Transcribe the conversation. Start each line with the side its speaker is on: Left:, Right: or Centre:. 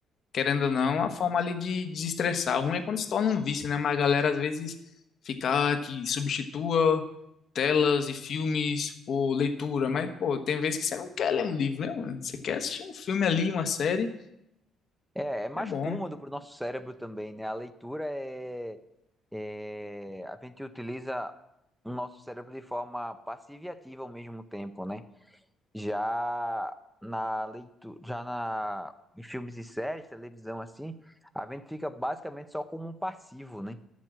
Left: querendo ou não, a forma ali de desestressar. O ruim é quando se torna um vício, né? Mas a galera às vezes fica ah, que substitua telas e filmes por leitura. Mas, pô, tem vezes que você não quer ler um livro, né, mano? Você quer assistir um filme ali, uma série,
Centre: É, é mais
Left: é bom.
Centre: cômodo para o nosso cérebro também, né? A leitura é, é- A gente utiliza o nosso cérebro de forma passiva e ativa ao mesmo tempo, né? Já na leitura, já na, em filmes e séries, televisão assim, a gente fica basicamente só como um passivo, né?